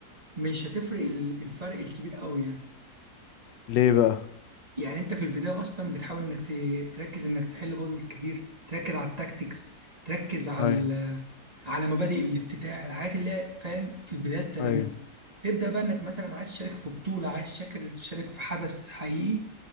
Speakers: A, on the right (about 25°); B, on the left (about 85°).
A: مش هتفرق ال- الفرق الكبير قوي يعني
B: ليه بقى
A: يعني أنت في البداية أصلا بتحاول إنك ت- تركز إنك تحل بازلز كتير تركز على التاكتكس تركز على
B: ايوه
A: ال- على مبادئ الافتتاح الحاجات اللي هي فاهم في البدايات تماما
B: ايوه
A: تبدأ بقى إنك مثلا عايز تشارك في بطولة عايز شاكر- تشارك في حدث حقيقي